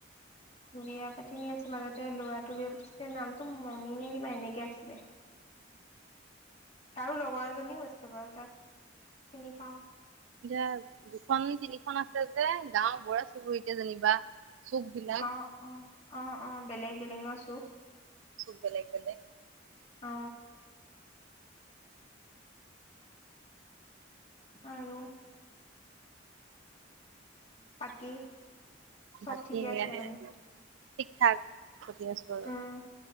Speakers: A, on the left; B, on the right.
A: বিয়া পাতি নি আছে বাৱ ল'ৰাটো বিয়া পাতিছিলে নামটো মণি নে কিবা এনেকে আছিলে। তাৰো লগৰ এজনীও আছে বাৰু তাত চিনি পাওঁ।
B: এতিয়া দুখন তিনিখন আছে যে গাওঁ বৰুৱা চুবুৰী এতিয়া যেনিবা। চুক বিলাক
A: অ অ অ অ বেলেগ বেলেগ ন চুক?
B: চব লাগিব নে?
A: অ। আৰু। বাকী? চব
B: বাকী
A: ঠিকে
B: সেয়াহে
A: আছে মানে
B: ঠিক ঠাক সধি আছো আৰু।
A: উম